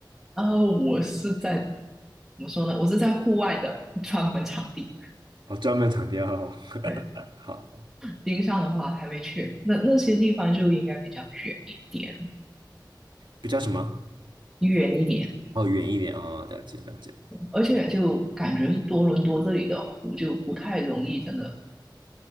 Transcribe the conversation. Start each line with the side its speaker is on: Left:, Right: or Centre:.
Centre: 然后我是在怎么说呢？我是在户外的专门场地。
Right: 哦，专门场地哦，
Centre: 对，
Right: <laughs> 好，
Centre: 冰上的话还没去，那那些地方就应该比较远一点，
Right: 比较什么？
Centre: 远一点。嗯
Right: 哦，远一点哦，了解了解，
Centre: 而且就感觉是多伦多这里的湖就不太容易，真的